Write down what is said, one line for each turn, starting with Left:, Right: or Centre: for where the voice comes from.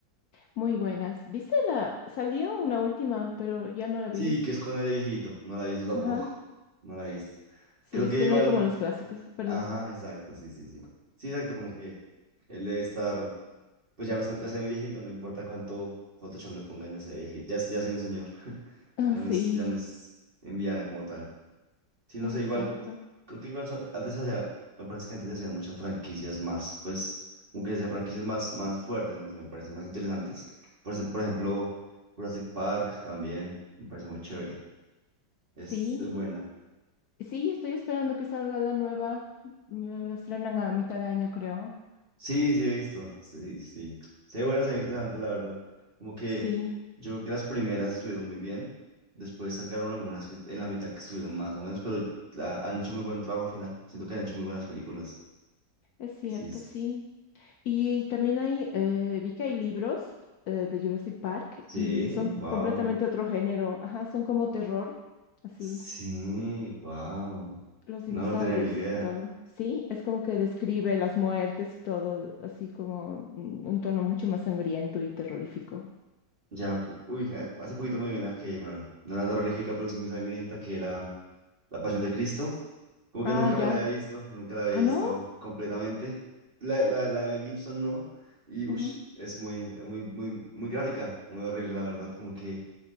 Left: muy buenas. ¿Viste la? Salió una última, pero ya no la
Right: Sí,
Left: vi.
Right: que es con el de viejito. No la he visto tampoco.
Left: Ajá.
Right: No la he visto.
Left: Sí,
Right: Creo
Left: es
Right: que
Left: que
Right: igual.
Left: no hay como los clásicos, perdón.
Right: Ajá,
Left: <laughs>
Right: exacto, sí, sí, sí. Sí, exacto, como que él debe estar. Pues ya, me está- ya soy muy viejito, no importa cuánto Photoshop le pongan, ya soy viejito, ya, ya soy un señor. <laughs>
Left: Ah,
Right: Ya
Left: sí,
Right: no es, ya no es Indiana como tal. Sí, no
Left: exacto.
Right: sé, igual, creo que igual son- antes se hacía, me parece que antes se hacían muchas franquicias más, pues, como que se hacían franquicias más, más fuertes, no sé, me parecen más interesantes. Por, ej- por ejemplo, Jurassic Park también, me parece muy chévere, es,
Left: Sí,
Right: es buena.
Left: Sí, estoy esperando que salga la nueva. mm, La estrenan a mitad de año, creo.
Right: Sí, sí, he visto. Sí, sí. Se ve bueno, se ve interesante, la verdad. Como que
Left: Sí,
Right: yo creo que las primeras estuvieron muy bien. Después sacaron algunas que en la mitad que estuvieron más o menos, pero la- han hecho muy buen trabajo al final. Siento que han hecho muy buenas películas.
Left: es cierto,
Right: Sí, s-
Left: sí. Y también hay, eh, vi que hay libros eh, de Jurassic Park
Right: sí,
Left: y son
Right: wow.
Left: completamente otro género. Ajá, son como terror, así.
Right: Sí, wow.
Left: Los
Right: No,
Left: dinosaurios,
Right: no tenía ni idea.
Left: todo. Sí, es como que describe las muertes y todo, así como mm, un tono mucho más sangriento y terrorífico.
Right: Ya, ok, uy, a- hace poquito me vi una que, bueno, no era terrorífica, pero sí muy sangrienta, que era La Pasión de Cristo. Como
Left: Ah,
Right: que nunca me
Left: ya.
Right: la había visto, nunca la había
Left: Ah,
Right: visto
Left: no.
Right: completamente. La, la, la de Mel Gibson no. Y ush,
Left: Ujú,
Right: es muy, es muy, muy, muy gráfica, muy horrible, la verdad. Como que